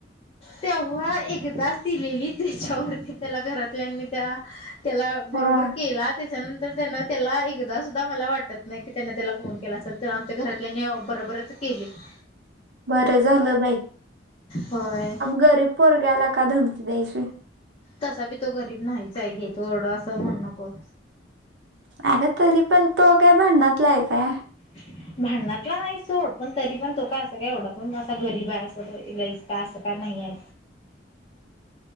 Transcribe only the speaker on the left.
तेंव्हा एकदाचं दिलेली त्यांच्यावरची त्यांला घरातल्यांनी त्यां त्यांला
बरोबर केलां त्यांच्यानंतर त्यानं त्यांला एकदाचं सुद्धां मलां वाटतं नाहीं की त्यानं त्यांला फोन केलां असलं त्यांला आमच्या घरांतल्यांनी बरोबरचं केलीत.
होय
तसां बी तो गरीब नाहींच आहे घे तुं एवढं असं म्हणुंन नको.
हं भांडणांतला नाहीं सोंड पणं तरी पणं तो कायं असं कायं एवढां पणं असां गरीब आहे असं नाई. कां असं कां नाहींय.